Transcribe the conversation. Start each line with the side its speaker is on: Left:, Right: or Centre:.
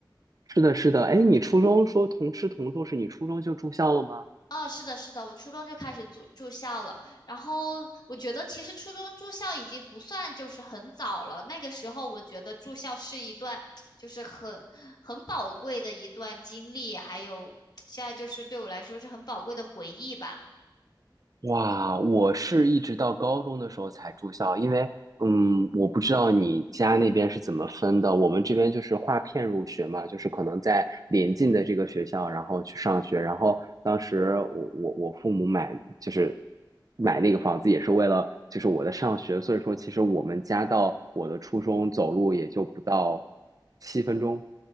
Right: 是的，是的，哎，你初中说同吃同住，是你初中就住校了吗？
Left: 哦，是的，是的，我初中就开始住住校了。然后我觉得，其实初中住校已经不算就是很早了。那个时候，我觉得住校是一段就是很很宝贵的一段经历，还有现在就是对我来说是很宝贵的回忆吧。
Right: 哇，我是一直到高中的时候才住校，因为嗯，我不知道你家那边是怎么分的，我们这边就是划片入学嘛，就是可能在临近的这个学校，然后去上学，然后当时我我我父母买就是买那个房子也是为了就是我的上学，所以说其实我们家到我的初中走路也就不到七分钟。